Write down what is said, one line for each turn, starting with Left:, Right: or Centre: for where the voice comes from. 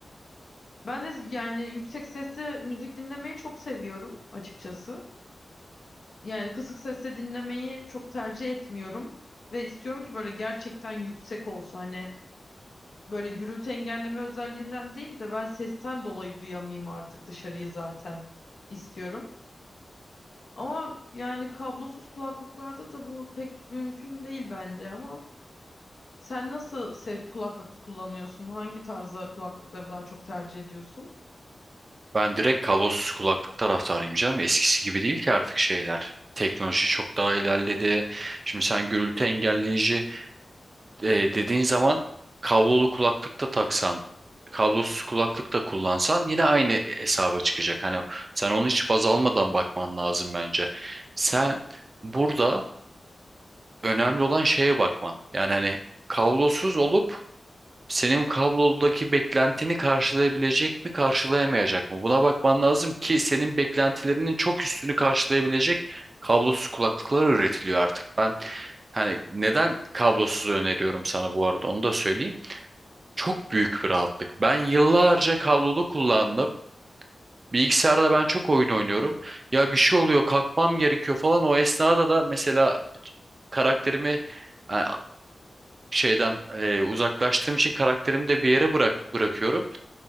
Left: Ben de yani yüksek sesli müzik dinlemeyi çok seviyorum açıkçası. Yani kısık sesle dinlemeyi çok tercih etmiyorum. Ve istiyorum ki böyle gerçekten yüksek olsa hani böyle gürültü engelleme özelliğinden değil de ben sesten dolayı duyamayayım artık dışarıyı zaten istiyorum. Ama yani kablosuz kulaklıklarda da bu pek mümkün değil bence ama sen nasıl sev kulaklık kullanıyorsun? Hangi tarza kulaklıkları daha çok tercih ediyorsun?
Right: Ben direkt kablosuz kulaklık taraftarıyım canım. Eskisi gibi değil ki artık şeyler. Teknoloji çok daha ilerledi. Şimdi sen gürültü engelleyici e, dediğin zaman kablolu kulaklık da taksan, kablosuz kulaklık da kullansan yine aynı hesaba çıkacak. Hani sen onu hiç baz almadan bakman lazım bence. Sen burada önemli olan şeye bakman. Yani hani kablosuz olup Senin kablodaki beklentini karşılayabilecek mi, karşılayamayacak mı? Buna bakman lazım ki senin beklentilerinin çok üstünü karşılayabilecek kablosuz kulaklıklar üretiliyor artık. Ben hani neden kablosuz öneriyorum sana bu arada onu da söyleyeyim. Çok büyük bir rahatlık. Ben yıllarca kablolu kullandım. Bilgisayarda ben çok oyun oynuyorum. Ya bir şey oluyor, kalkmam gerekiyor falan. O esnada da mesela karakterimi e, şeyden e, uzaklaştığım için karakterimi de bir yere bırak bırakıyorum.